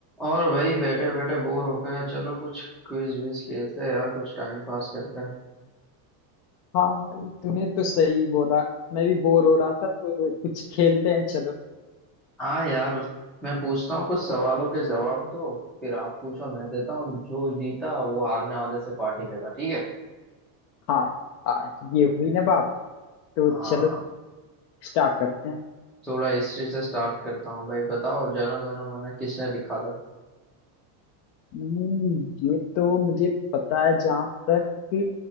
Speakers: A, in the centre; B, on the left.
A: और वही बैठे बैठे बोर हो गए चलो कुछ क्विज विज खेलते हैं यार कुछ टाइम पास करते हैं
B: हाँ भाई तूने तो सही बोला मैं भी बोर हो रहा था तो कुछ खेलते हैं चलो
A: हाँ यार मैं पूछता हूँ कुछ सवालों के जवाब दो फिर आप पूछो मैं देता हूँ जो जीता वो हारने वाले से पार्टी देगा ठीक है
B: हाँ आ, ये हुई ना बात तो
A: हाँ
B: चलो स्टार्ट करते हैं
A: थोड़ा हिस्ट्री से स्टार्ट करता हूँ भाई बताओ जन गण मन किसने लिखा था
B: हम्म, ये तो मुझे पता है जहाँ तक कि